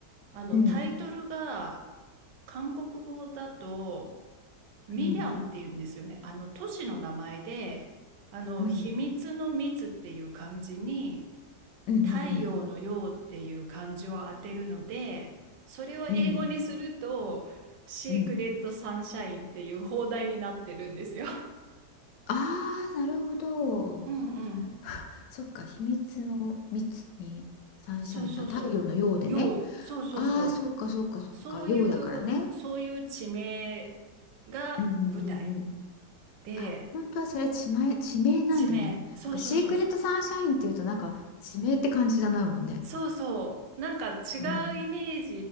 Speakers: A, on the right (about 80°); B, on the left (about 80°).
A: あの、
B: うん。
A: タイトルが、韓国語だと、ミリャンっていうんですよね。
B: うん。
A: あの、都市の名前で、あの、
B: うん
A: 秘密の密っていう漢字に、
B: うんうん。
A: 太陽のようっていう漢字を当てるので、それを英語にすると、
B: うん
A: シークレットサンシャインっていう放題になってるんですよ。
B: うん。ああー、なるほど。
A: うんうん。
B: <laughs> そっか、秘密の密にサンシャイン。
A: そうそうそう。
B: あ、太陽のようでね。
A: よう、そうそうそ
B: ああ、そっかそっかそっか。
A: う。そういう、
B: ようだからね。
A: そういう地名が舞台
B: うんうんうんうん。
A: で、
B: あ、本当はそれ地名、地名なんだね。
A: 地名、そうそうそうそう。
B: なんかシークレットサンシャインっていうとなんか地名って感じじゃないもんね。
A: そうそう。なんか違うイメー
B: うん。